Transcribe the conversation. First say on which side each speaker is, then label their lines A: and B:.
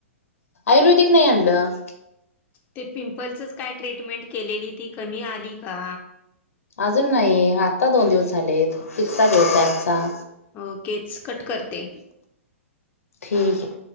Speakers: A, on the left; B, on the left.
A: आयुर्वेदिक नाई आणलं.
B: ते, पिंपलचच काय, ट्रीटमेंट केलेली ती कमी आली का?
A: अजून नाही, आत्ता दोन दिवस झालेत. तिसरा दिवस आहे आजचा
B: ओकेच, कट करते.
A: ठीक ये....